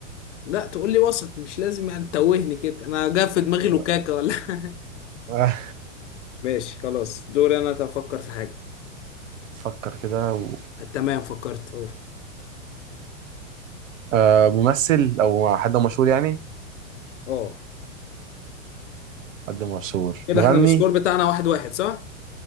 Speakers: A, on the left; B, on the right.
A: لا تقول لي وسط مش لازم يعني تتوهني كده انا جا في دماغي لوكاكا
B: آه،
A: ولا <laughs>
B: آه.
A: ماشي خلاص دوري انا افكر في حاجه
B: فكر كده و...
A: تمام فكرت اه
B: آه ممثل او حد مشهور يعني
A: اه
B: حد مشهور
A: كده
B: مغني
A: احنا السكور بتاعنا واحد واحد صح